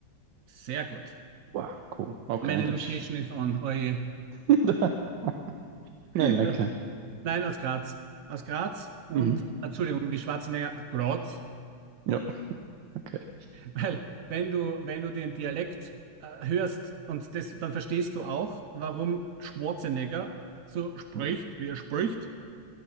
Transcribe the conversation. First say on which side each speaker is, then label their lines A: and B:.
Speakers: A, on the right; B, on the right.
A: Sehr gut.
B: Wow, cool. Okay,
A: Meine
B: da
A: Location
B: hab ich.
A: ist on. Oje.
B: <laughs> Nein,
A: <laughs>
B: okay.
A: Nein, aus Graz. Aus Graz und,
B: Mhm.
A: Entschuldigung, wie Schwarzenegger, Graz.
B: Ja, okay.
A: Weil wenn du, wenn du den Dialekt äh, hörst und das, dann verstehst du auch, warum Schwarzenegger so spricht, wie er spricht.